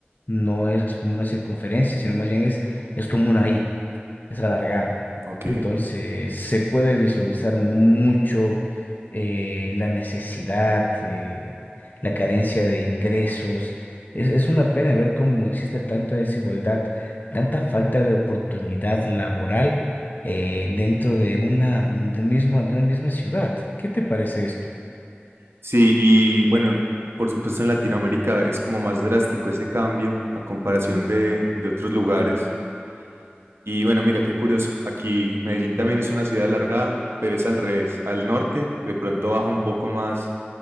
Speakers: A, on the left; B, on the right.
A: No es como una circunferencia, sino más bien es, es como una I, es alargada.
B: Ok.
A: Entonces se puede visualizar mucho eh, la necesidad, eh, la carencia de ingresos. Es, es una pena ver cómo existe tanta desigualdad, tanta falta de oportunidad laboral eh, dentro de una, de misma, de una misma ciudad. ¿Qué te parece esto?
B: Sí, y bueno, por supuesto en Latinoamérica es como más drástico ese cambio a comparación de, de otros lugares. Y bueno, mira, qué curioso. Aquí Medellín también es una ciudad alargada, pero es al revés. Al norte de pronto baja un poco más